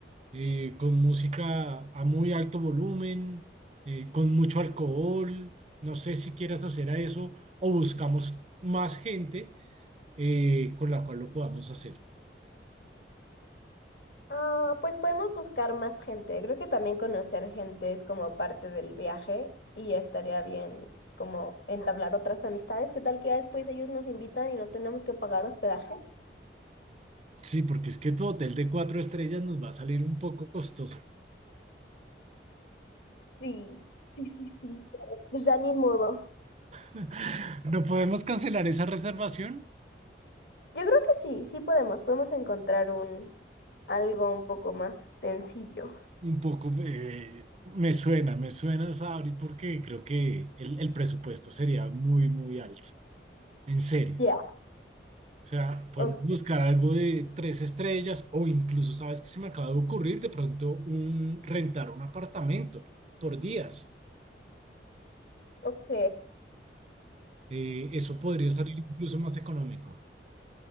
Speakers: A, on the right; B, on the left.
A: eh, con música a muy alto volumen, eh, con mucho alcohol. No sé si quieras hacer a eso o buscamos más gente eh, con la cual lo podamos hacer.
B: Ah, pues podemos buscar más gente. Creo que también conocer gente es como parte del viaje y estaría bien como entablar otras amistades. ¿Qué tal que ya después ellos nos invitan y no tenemos que pagar hospedaje?
A: Sí, porque es que tu hotel de cuatro estrellas nos va a salir un poco costoso.
B: Sí, sí, sí, sí. pero, Pues ya ni modo.
A: <laughs> ¿No podemos cancelar esa reservación?
B: Yo creo que sí, sí podemos. Podemos encontrar un algo un poco más sencillo.
A: Un poco eh, me suena, me suena, Sabri, porque creo que el, el presupuesto sería muy, muy alto, en serio.
B: Ya,
A: O sea, podemos
B: o-
A: buscar algo de tres estrellas o incluso, ¿sabes qué se me acaba de ocurrir? De pronto, un, rentar un apartamento por días.
B: ok.
A: Eh, eso podría salir incluso más económico.